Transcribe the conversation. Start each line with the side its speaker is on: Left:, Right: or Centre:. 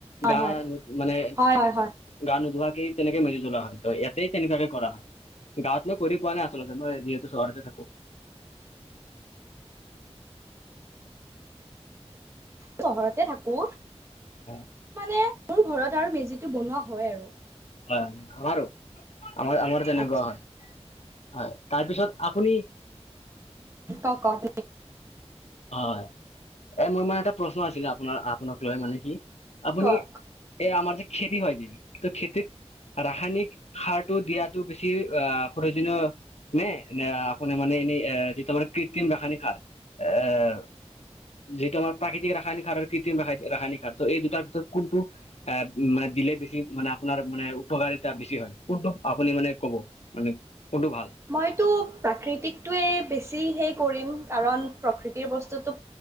Right: হয়,
Left: গা
Right: হয়,
Left: নু মানে
Right: হয়, হয়, হয়।
Left: গা নোধোৱা। তেনেকে মিলি জলা হয় ত ইয়াতেই তেনেকাকে কৰা হয় গাঁৱত নো কৰি পোৱা নাই আচলতে মই যিহেতু চহৰতে থাকো
Right: <unintelligible> চহৰতে থাকো
Left: হয়
Right: মানে মোৰ ঘৰত আৰু মেজি এইটো বনোৱা হয় আৰু
Left: হয় হয় আমাৰো আমাৰ আমাৰো তেনেকুৱা
Right: আচ্ছা,
Left: হয়। হয় তাৰপিছত আপুনি
Right: কওঁক কওঁক।
Left: হয় এ মোৰ মানে এটা প্ৰশ্ন আছিলে আপোনাৰ আপোনাক লৈ মানে কি আপুনি
Right: কওক।
Left: এ আমাৰ যে খেতি হয় য ত খেতিত। ৰাসায়নিক সাৰটো দিয়াটো বেছি আহ প্ৰয়োজনীয়। নে আপোন মানে এনেই যিটো মান কৃত্ৰিম ৰাসায়নিক সাৰ আহঁ। যিহেটো আৰু প্ৰাকৃতিক ৰাসায়নিক সাৰ আৰু কৃত্ৰিম ৰাসায়নিক সাৰ ত এই দুটাৰ ভিতৰত কোনটো আঁহ মান। দিলে বেছি মানে আপোনাৰ মানে উপকাৰ এটা বেছি হয় কোনটো আপুনি মানে কব মানে। কোনটো ভাল
Right: মইতো প্ৰাকৃতিকটোয়ে বেছি। যি সেই কৰিম কাৰণ, প্ৰকিতিৰ বস্তু টো